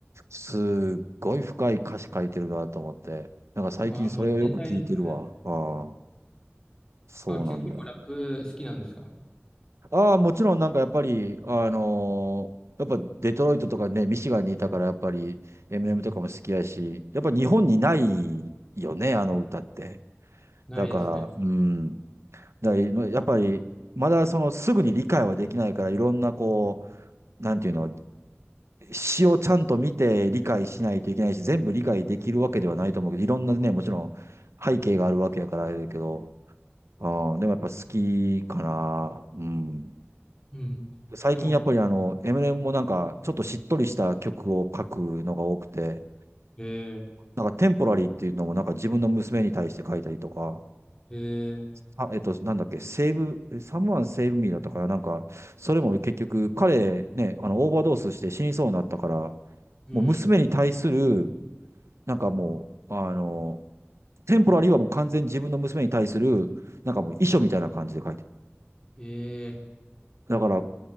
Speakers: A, on the right; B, on the left.
A: すっごい深い歌詞書いてるなと思って、なんか最近それをよく聞いてるわ。
B: まあ、もう天才ですね。
A: ああ、そうなんだ。
B: あ、け結構ラップ好きなんですか
A: ああ、もちろんなんかやっぱり、あのーやっぱデトロイトとかね、ミシガンにいたからやっぱり MM
B: うん
A: とかも好きやし、やっぱ日本にないよね、あの歌って。だから、
B: ないですね。
A: うん。だから今やっぱり、まだそのすぐに理解はできないから、いろんなこう、なんていうの、詩をちゃんと見て理解しないといけないし、全部理解できるわけではないと思うけど、いろんなね、もちろん背景があるわけやからあれだけど、うん、でもやっぱ好きかな。うん。
B: うん。
A: 最近やっぱりあの、
B: でも、
A: エ m i ム m もなんか、ちょっとしっとりした曲を書くのが多くて、
B: え
A: なんかテンポラリーっていうのもなんか自分の娘に対して書いたりとか、
B: ー、え
A: あ、えっと、なんだっけ、セーブ、サムワンセーブミーだったから、なんか、それも結局彼ね、あの、オーバードースして死にそうになったから、
B: ー、
A: もう娘に対する、
B: うん、
A: なんかもう、あの、テンポラリーはもう完全に自分の娘に対する、なんかもう遺書みたいな感じで書いてる。
B: え
A: だから